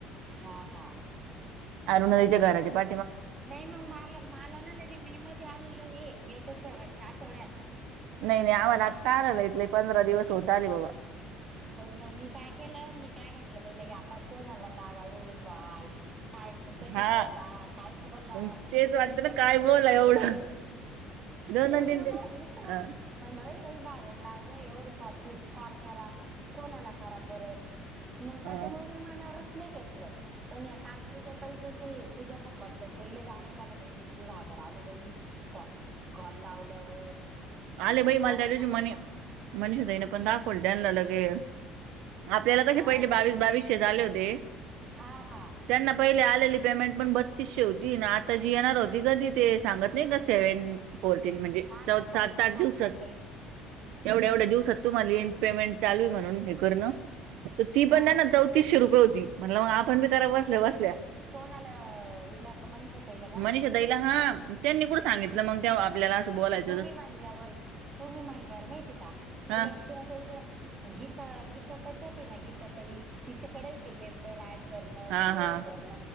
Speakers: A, on the right; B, on the right.
A: हा हा
B: अरुणधच्या घराचे पा
A: नाही मग मला मला ना लगे मे मध्ये आलेलं हे मेच्या शेवटच्या आठवड्यात
B: नाही नाही आम्हालागता आला इथले पंधरा दिवस होत आ र बाबा
A: पण मग मी काय केलं मी काय म्हटलं बाईला गे आता कोण आला लावा एवढे कॉल काय कधी
B: हा
A: बोला काय बोला
B: मग तेच वाटतं
A: बाप्पाला
B: ना काय बोला
A: ते
B: एवढं
A: ते वाटलं.
B: दोन
A: तेच
B: दोन तीन
A: ना
B: तीन
A: मगं रिकामं
B: अ
A: म्हणलं बाई लयच भारोड लावलं एवढं पर तीस कॉल करा. कोणाला करा परत मग त्याच्यामुळे
B: अ
A: मी मनावरच नाही घेतलं. पण या काल पूजा ताईचा ते पूजा खंबाातच त्यां दांगड चालं म्हणजे दीड दीड हजार आले बाई. क कॉल लावल्यावर म्हणलं
B: आले बाई
A: चला
B: मला त्या दिवशी
A: मग
B: मनी
A: आता
B: मनीषा ताईने पण दाखवल.
A: ल
B: ले आपल्याला कसे
A: हा
B: पहिले बावीस बावीसशे झाले होते.
A: हा हा,
B: त्यांना पहिले आलेली पेमेंट पण बत्तीसशे होती आता जी येणार होती का ती ते सांगत नाही का सेवन फोर्टीन म्हणजे
A: हा ना
B: चौ
A: सांगता
B: सात आठ
A: सांगता
B: दिवसात
A: ते
B: एवढ्या एवढ्या दिवसात तुम्हाला येन पेमेंट चालू आहे म्हणून हे करण तर ती
A: हा
B: पण नाही ना चौतीसशे रुपये होती म्हटलं मग आपण बी करा बसल्या बसल्या.
A: कोणाला हिला का मनीष ताईला का.
B: मनीषा ताईला हा त्यांनी कुठं सांगितलं
A: अन
B: मग ते आपल्याला असं बोलायच.
A: तुम्ही मानल्यावर तुम्ही म्हणल्यावर माहिती का
B: हा
A: उलट त्या जाऊद्या गीता गीता त्याच्यात आहे ना गीता त तिच्याकडे येते मेंबर ऍड करणं
B: हा
A: सगळ
B: हा
A: हे करण